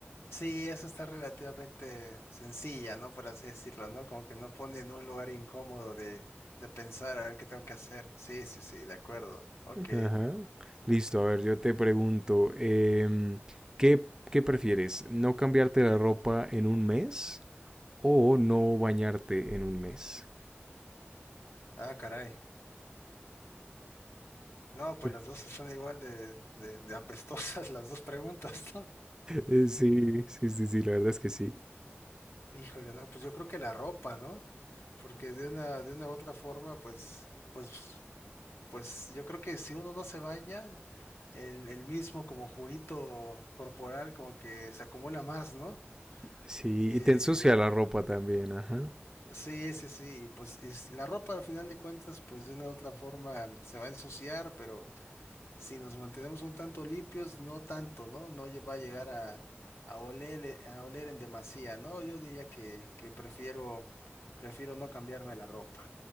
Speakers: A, on the left (about 75°); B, on the right (about 15°).
A: Sí, eso está relativamente sencilla, ¿no? Por así decirlo, ¿no? Como que no pone en un lugar incómodo de, de pensar a ver qué tengo que hacer. Sí, sí, sí, de acuerdo. Ok.
B: Ajá. Listo, a ver, yo te pregunto, em, ¿qué, qué prefieres? ¿No cambiarte la ropa en un mes? o no bañarte en un mes.
A: Ah, caray. No, pues
B: <laughs>
A: las dos son igual de, de, de apestosas <laughs> las dos preguntas, ¿no?
B: Eh, Sí, sí, sí, sí, la verdad es que sí.
A: Híjole, no, pues yo creo que la ropa, ¿no? Porque de una, de una u otra forma, pues, pues, pues yo creo que si uno no se baña, el, el mismo como juguito corporal como que se acumula más, ¿no?
B: Sí,
A: Y
B: y te ensucia
A: eh,
B: la ropa también, ajá.
A: sí, sí, sí, y pues es- la ropa al final de cuentas, pues de una u otra forma se va a ensuciar, pero si nos mantenemos un tanto limpios, no tanto, ¿no? No lle- va a llegar a, a oler, eh, a oler en demasía, ¿no? Yo diría que, que prefiero, prefiero no cambiarme la ropa.